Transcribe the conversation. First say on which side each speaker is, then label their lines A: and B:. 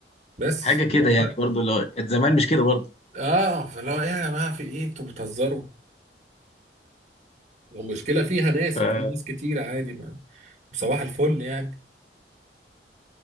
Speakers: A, on the right (about 40°); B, on the left (about 35°).
A: بس
B: حاجه كده
A: اللي هو
B: يعني برضه لو كانت زمان مش كده برضه
A: اه فاللي هو ايه يا جماعه في ايه انتوا بتهزروا المشكله فيها ناس
B: ف
A: وفي ناس كتير عادي ما صباح الفل يعني